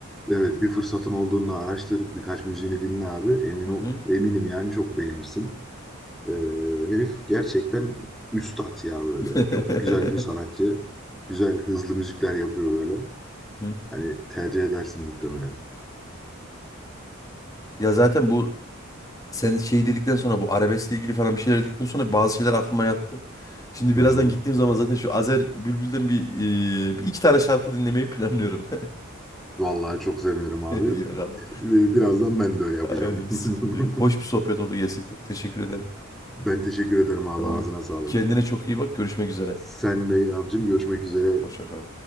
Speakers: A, in the centre; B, on the left (about 15°).
A: evet bir fırsatın olduğunda araştır. Birkaç müziğini dinle abi. Emin
B: Hı
A: ol,
B: hı.
A: eminim yani çok beğenirsin. Ee, herif gerçekten üstat ya böyle.
B: <laughs>
A: Çok güzel bir sanatçı. Güzel hızlı müzikler yapıyor böyle.
B: Hı.
A: Hani tercih edersin muhtemelen.
B: Ya zaten bu Sen şey dedikten sonra bu arabeskle ilgili falan bir şeyler dedikten sonra bazı şeyler aklıma yattı. Şimdi
A: Hı
B: birazdan
A: hı.
B: gittiğim zaman zaten şu Azer Bülbül'den bir, e, bir iki tane şarkı dinlemeyi planlıyorum. <laughs>
A: Vallahi çok sevinirim abi.
B: İyi bakalım.
A: Ee, Birazdan ben de öyle yapacağım.
B: Aynen sıkıntı
A: <laughs>
B: yok. Hoş bir sohbet oldu gerçekten. Teşekkür ederim.
A: Ben teşekkür ederim abi.
B: Tamam.
A: Ağzına sağlık.
B: Kendine çok iyi bak. Görüşmek üzere.
A: Sen de abicim görüşmek üzere.
B: Hoşça kal.